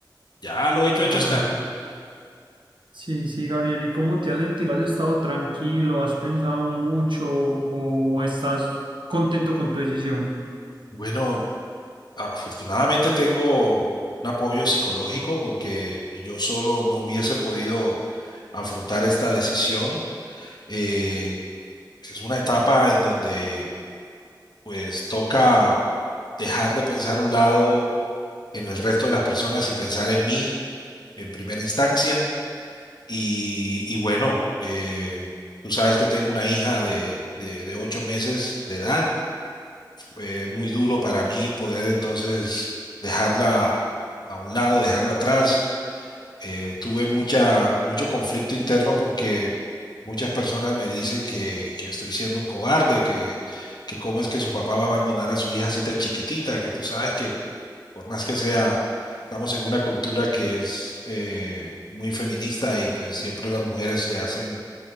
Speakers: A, on the left; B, on the right.
A: ya lo hecho, hecho
B: Ah,
A: está.
B: sí, sí, Gabriel, ¿y cómo te has sentido? ¿Has estado tranquilo? ¿Has pensado mucho o estás contento con tu decisión?
A: Bueno, afortunadamente tengo un apoyo psicológico porque yo solo no hubiese podido afrontar esta decisión. Eh, es una etapa en donde pues toca dejar de pensar a un lado en el resto de las personas y pensar en mí en primera instancia Y, y bueno, eh, tú sabes que tengo una hija de, de, de ocho meses de edad. eh, muy duro para mí poder entonces dejarla a un lado, dejarla atrás. Eh, tuve mucha, mucho conflicto interno porque muchas personas me dicen que, que estoy siendo un cobarde, que, que cómo es que su papá va a abandonar a su hija así tan chiquitita, que tú sabes que por más que sea, estamos en una cultura que es eh, muy feminista y pues siempre las mujeres se hacen,